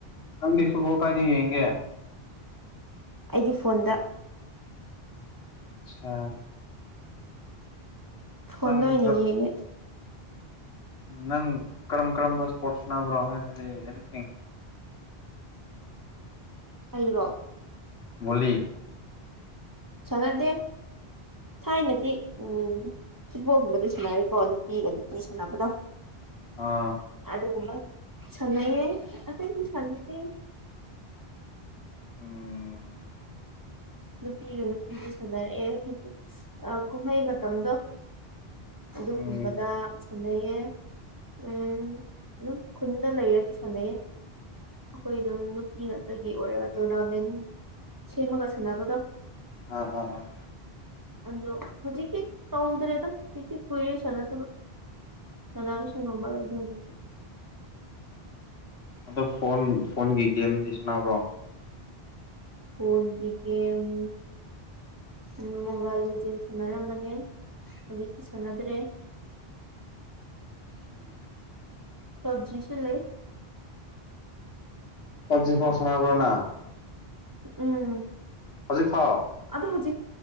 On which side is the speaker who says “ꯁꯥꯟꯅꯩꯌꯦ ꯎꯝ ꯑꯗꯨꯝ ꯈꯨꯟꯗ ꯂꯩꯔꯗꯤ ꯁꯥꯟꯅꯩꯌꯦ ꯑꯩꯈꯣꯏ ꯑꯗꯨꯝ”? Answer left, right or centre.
Right